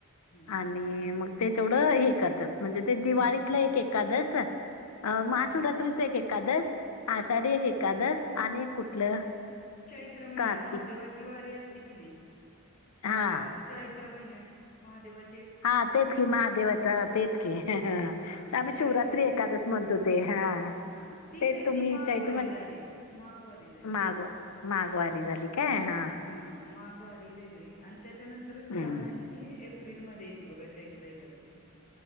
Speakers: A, on the left; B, on the left.
A: हम्म.
B: आणि मग ते तेवढं हे करतात. म्हणजे ते दिवाळीतलं
A: हम्म
B: एक एकादस महाशिवरात्रीच
A: हा
B: एक एकादस. आषाढी एक एकादस आणि एक कुठलं.
A: चैत्र महिना
B: कार्तिक
A: महादेवाची वारी असती की नाही
B: हा
A: अ चैत. महिन्यात महादेवा.
B: हा तेच की महादेवाच तेच की
A: हा ती
B: आम्ही शिवरात्री
A: चैत्र एकादशी
B: एखकादस म्हणतो ते हा.
A: हा ती
B: ते
A: नाही
B: तुम्ही
A: ती माघवारी
B: चैत्र
A: झाली माघवारी झाली
B: माग
A: ती.
B: माघवारी झाली काय हा
A: हा माघवारी वेगळी आणि त्याच्यानंतरच चार
B: हम्म
A: महिन्यानी एप. एप्रिल मध्ये येती बघा चैत्र एकादशी...